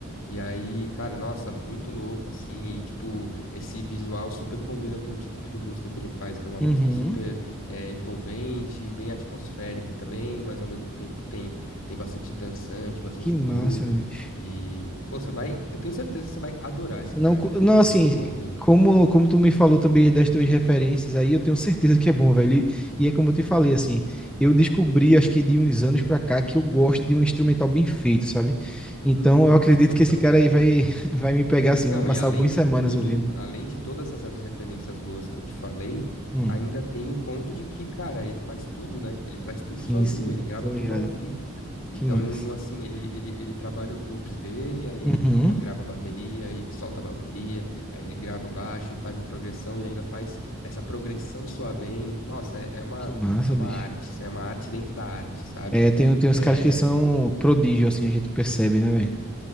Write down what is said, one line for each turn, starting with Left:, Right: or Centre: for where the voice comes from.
Left: E aí, cara, nossa, muito louco, assim, e tipo, esse visual super combina com o tipo de música que ele faz, que é uma
Centre: Uhum.
Left: música super eh, envolvente, bem atmosférica também, mas ao mesmo tempo tem, tem bastante dançante, bastante
Centre: Que massa,
Left: groove,
Centre: bicho.
Left: e, pô, você vai, eu tenho certeza que você vai adorar esse
Centre: Não,
Left: cara,
Centre: co-
Left: velho,
Centre: não assim,
Left: muito bom mesmo.
Centre: como, como tu me falou também das tuas referências aí, eu tenho certeza que é bom, velho. E, e é como eu te falei, assim, eu descobri, acho que de uns anos pra cá, que eu gosto de um instrumental bem feito, sabe?
Left: Hum,
Centre: Então, eu acredito
Left: total.
Centre: que esse cara aí vai, <laughs> vai me pegar, assim,
Left: Não,
Centre: vou passar
Left: e além
Centre: algumas
Left: de
Centre: semanas
Left: tudo,
Centre: ouvindo.
Left: além de todas essas referências boas que eu te falei,
Centre: Hum,
Left: ainda tem o ponto de que, cara, ele faz tudo, né? Ele faz tudo
Centre: sim,
Left: sozinho,
Centre: sim,
Left: ele grava
Centre: tô ligado.
Left: tudo ao vivo. Então,
Centre: Que massa.
Left: um, assim, ele, ele, ele trabalha os loops dele, aí ele
Centre: Uhum.
Left: ma- grava a bateria e solta a bateria, aí ele grava o baixo e faz uma progressão e ainda faz essa progressão soar bem. Nossa, é, é uma,
Centre: Que massa,
Left: é uma
Centre: bicho.
Left: arte, isso é uma arte dentro da arte, sabe?
Centre: É, tem, tem uns
Left: É,
Centre: caras que são prodígio, assim, a gente percebe, né, velho?